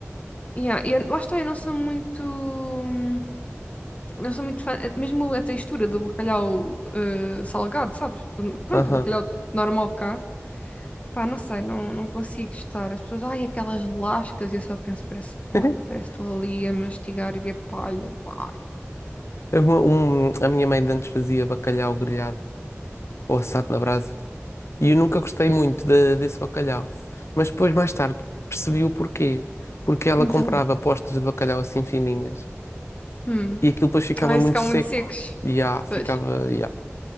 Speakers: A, on the left (about 30°); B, on the left (about 65°).
A: yeah, e eu- lá está, eu não sou muito. hum, Não sou muito fã, eh, mesmo a textura do bacalhau eh, salgado, sabes? Pronto,
B: Aham.
A: o bacalhau normal cá. Pá, não sei, não, não consigo estar. As pessoas, ai, aquelas lascas, e eu só penso, parece palha,
B: <laughs>
A: parece que estou ali a mastigar e é palha, palha.
B: É uma- um- a minha mãe de antes fazia bacalhau grelhado ou assado na brasa. E eu nunca gostei muito de- desse bacalhau. Mas depois, mais tarde, percebi o porquê. Porque ela
A: Então,
B: comprava postas de bacalhau assim fininhas.
A: hum,
B: E aquilo depois ficava
A: ai,
B: muito
A: se cá
B: seco.
A: muito secos.
B: E ah,
A: Pois,
B: ficava.